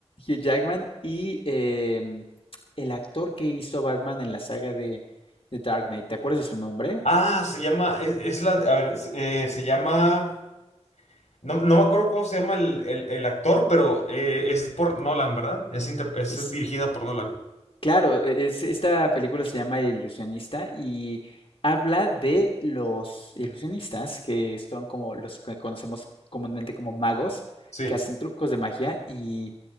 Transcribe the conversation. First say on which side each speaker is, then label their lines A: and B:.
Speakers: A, on the left; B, on the left.
A: Hugh Jackman y eh, el actor que hizo Batman en la saga de, de Dark Knight. ¿Te acuerdas de su nombre?
B: Ah, se llama, es, es la, a ver, eh, se llama No, no me acuerdo cómo se llama el, el- el actor, pero eh, es por Nolan, ¿verdad? Es, inter- es
A: Es
B: dirigida por Nolan.
A: Claro, e- es, esta película se llama El Ilusionista y habla de los ilusionistas, que son como los que conocemos comúnmente como magos,
B: Sí.
A: que hacen trucos de magia y